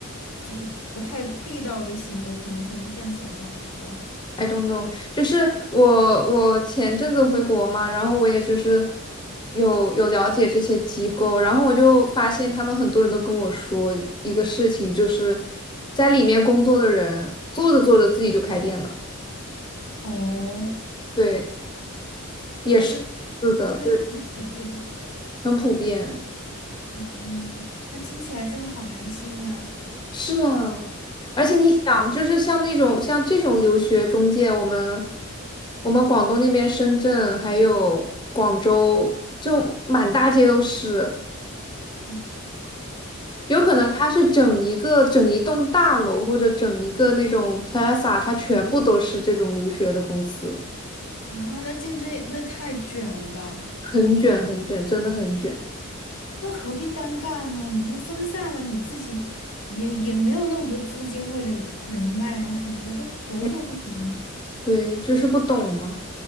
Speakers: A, on the left; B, on the left.
A: 就是不太地道的行为，可能才能赚钱吧？不知道，
B: I don't know，就是我我前阵子回国嘛，然后我也就是有有了解这些机构，然后我就发现他们很多人都跟我说一个事情，就是在里面工作的人做着做着自己就开店了，
A: 哦，
B: 对，
A: 嗯
B: 也是是的，
A: 那就这个很普遍。
B: 对，很普遍，
A: 嗯，那听起来真的好寒心啊。
B: 是啊，而且你想，
A: 那
B: 就是像那种像这种留学中介，我们我们广东那边深圳还有广州，就满大街都是。
A: 哦
B: 有可能它是整一个整一栋大楼或者整一个那种 plaza，它全部都是这种留学的公司，
A: 啊，那竞争也那太卷了吧？
B: 很卷很卷，真的很卷。
A: 那何必单干呢？你说分散了，你自己也也没有那么多资金或者人脉啊什么的，就合作不行吗？
B: 嗯对，就是不懂嘛。